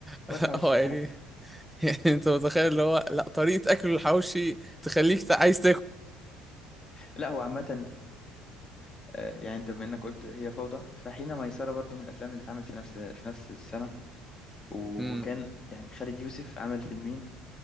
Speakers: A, in the centre; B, on the left.
A: <laughs>
B: هو الحواوشي
A: هو يعني
B: يتحب
A: <laughs> يعني أنت متخيل اللي هو لا طريقة أكل الحواوشي تخليك عايز
B: لا هو عامة آه، يعني انت بما انك قلت هي فوضى فحين ميسرة برضو من الافلام اللي اتعملت في نفس في نفس السنة وكان
A: تاكل
B: يعني خالد يوسف عمل فيلمين